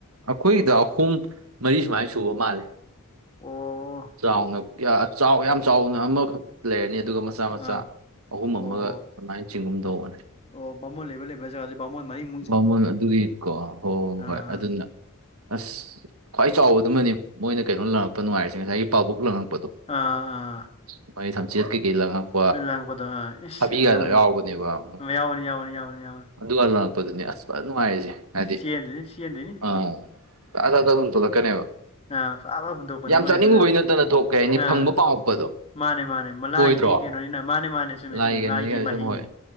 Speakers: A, on the right (about 75°); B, on the left (about 30°).
A: ꯑꯩꯈꯣꯏꯒꯤꯗ ꯑꯍꯨꯝ ꯃꯔꯤ ꯁꯨꯃꯥꯏꯅ ꯁꯨꯕ ꯃꯥꯜꯂꯦ꯫
B: ꯑꯣ
A: ꯆꯥꯎꯅ ꯆꯥꯎ ꯌꯥꯝ ꯆꯥꯎꯅ ꯑꯃꯈꯛ ꯂꯩꯔꯅꯤ ꯑꯗꯨꯒ ꯃꯆꯥ-ꯃꯆꯥ
B: ꯑꯥ
A: ꯑꯍꯨꯝ
B: ꯑꯣ
A: ꯑꯃꯒ ꯑꯗꯨꯃꯥꯏꯅ ꯆꯤꯡꯒꯨꯝ ꯇꯧꯕꯅꯦ꯫
B: ꯑꯣ ꯕꯥꯃꯣꯜ ꯂꯩꯕ ꯂꯩꯕ ꯖꯒꯥꯗꯤ ꯕꯥꯃꯣꯜ ꯃꯔꯤꯝ
A: ꯕꯥꯃꯣꯜ ꯑꯗꯨꯒꯤꯀꯣ ꯍꯣꯏ ꯍꯣꯏ
B: ꯑꯥ
A: ꯍꯣꯏ ꯑꯗꯨꯅ ꯑꯁ ꯈ꯭ꯋꯥꯏ ꯆꯥꯎꯕꯗꯨꯃꯅꯤ ꯃꯣꯏꯅ ꯀꯩꯅꯣ ꯂꯪꯉꯛꯄ ꯅꯨꯡꯉꯥꯏꯔꯤꯁꯦ ꯉꯁꯥꯏꯒꯤ ꯄꯥꯕꯨꯛ ꯂꯪꯉꯛꯄꯗꯣ꯫
B: ꯑꯥ ꯑꯥ꯫
A: <inaudible>
B: ꯂꯥꯡꯕꯗꯣ ꯑ ꯏꯁ
A: ꯊꯕꯤꯒ
B: ꯑꯗꯨꯗ ꯑꯃꯨꯛ
A: ꯌꯥꯎꯕꯅꯦꯕ
B: ꯃ ꯌꯥꯎꯅꯤ ꯌꯥꯎꯅꯤ ꯌꯥꯎꯅꯤ ꯌꯥꯎꯅꯤ꯫
A: ꯑꯗꯨꯒ ꯂꯥꯛꯄꯗꯨꯅꯤ ꯑꯁ ꯐꯖꯅ ꯅꯨꯡꯉꯥꯏꯔꯤꯁꯦ ꯍꯥꯏꯗꯤ
B: ꯆꯦꯟꯗꯣꯏꯅꯤ ꯆꯦꯟꯗꯣꯏꯅꯤ
A: ꯑꯥ꯫ <inaudible> ꯑꯗꯨꯝ ꯇꯣꯛꯂꯛꯀꯅꯦꯕ꯫
B: ꯑꯥ ꯐꯥ ꯐꯥ ꯍꯨꯟꯗꯣꯛꯄꯅꯦ
A: ꯌꯥꯝ
B: ꯃꯣꯏ
A: ꯆꯥꯅꯤꯡꯉꯨꯕꯩ
B: ꯑꯗꯨꯗ
A: ꯅꯠꯇꯅ ꯊꯣꯛ ꯀꯩ ꯍꯥꯏꯅꯤ
B: ꯑꯥ
A: ꯐꯪꯕ ꯄꯥꯝꯃꯛꯄꯗꯣ꯫
B: ꯃꯥꯅꯦ ꯃꯥꯅꯦ ꯃ ꯂꯥꯏꯒꯤ
A: ꯑꯣꯏꯗ꯭ꯔꯣ
B: ꯀꯩꯅꯣꯅꯤꯅ ꯃꯥꯅꯦ ꯃꯥꯅꯦ ꯆꯨꯝꯃꯦ
A: ꯂꯥꯏ
B: ꯆꯨꯝꯃꯦ
A: ꯀꯩꯅꯣꯅꯤ
B: ꯂꯥꯏꯒꯤ
A: ꯀꯥꯏ
B: ꯃꯍꯩꯅꯤ
A: ꯁꯨꯝ ꯍꯣꯏ